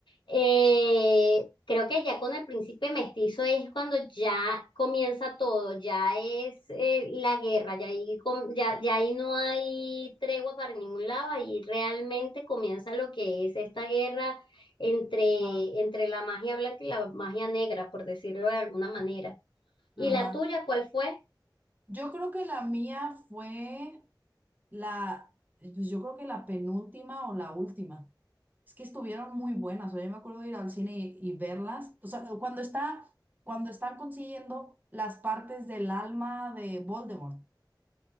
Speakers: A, on the left (about 80°); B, on the right (about 20°).
A: Eh, creo que ya con el príncipe mestizo es cuando ya comienza todo, ya es eh, la guerra, ya ahí, com- ya, ya ahí no hay tregua para ningún lado, ahí realmente comienza lo que es esta guerra entre,
B: Ah,
A: entre la magia blanca y la magia negra, por decirlo de alguna manera. ¿Y
B: ajá.
A: la tuya cuál fue?
B: Yo creo que la mía fue la, pues yo creo que la penúltima o la última. Es que estuvieron muy buenas. O sea, yo me acuerdo de ir al cine y, y verlas. O sea, cuando está, cuando están consiguiendo las partes del alma de Voldemort.